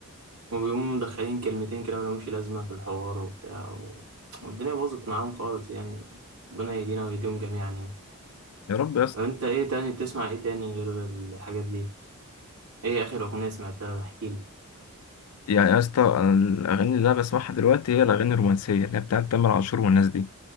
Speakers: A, on the right; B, on the left.
A: وبيقوموا مدخلين كلمتين كده ملهمش لازمة في الحوار وبتاع و... والدنيا باظت معاهم خالص يعني ربنا يهدينا ويهديهم جميعا يعني
B: يا رب يا اسطى
A: طب انت ايه تاني بتسمع ايه تاني غير الحاجات دي ايه اخر اغنية سمعتها احكيلي
B: يعني يا اسطى أنا الاغاني اللي انا بسمعها دلوقتي هي الاغاني الرومانسيه اللي هي بتاعت تامر عاشور والناس دي